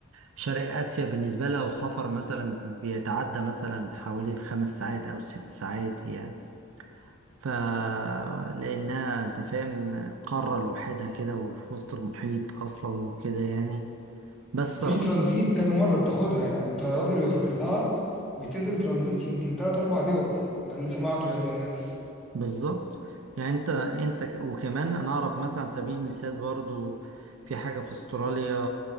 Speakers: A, on the right; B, in the centre.
A: شرق اسيا بالنسبة لها وسفر مثلا بيتعدى مثلا حوالي الخمس ساعات او ست ساعات يعني ف لانها انت فاهم قارة لوحدها كده وفي وسط المحيط اصلا وكده يعني بس
B: وفي ترانزيت كذا مرة بتاخدها يعني الطيارات اللي بتروح لها بتنزل ترانزيت يمكن تلات أربع دول ده اللي سمعته يعني من الناس
A: بالظبط يعني انت انت ك- وكمان انا اعرف مثلا على سبيل المثال برضو في حاجة في استراليا